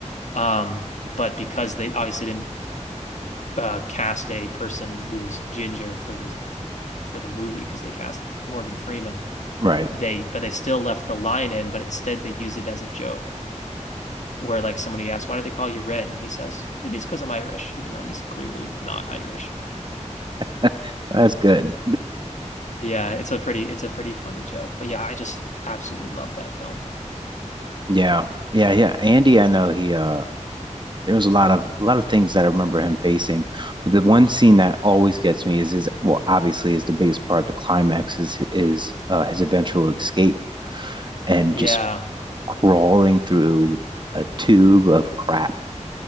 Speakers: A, on the left; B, on the right.
A: Um, but because they obviously didn't uh, cast a person who was ginger for this for the movie, because they cast Morgan Freeman,
B: Right.
A: they but they still left the line in, but instead they use it as a joke. Where like somebody asks, why do they call you red? And he says, maybe it's because I'm Irish, even though he's clearly not Irish.
B: <laughs> That's good.
A: Yeah, it's a pretty it's a pretty funny joke. But yeah, I just absolutely love that film.
B: Yeah. Yeah, yeah. Andy, I know he uh there was a lot of a lot of things that I remember him facing. But the one scene that always gets me is his well, obviously is the biggest part, the climax is is uh his eventual escape and
A: Yeah,
B: just crawling through a tube of crap.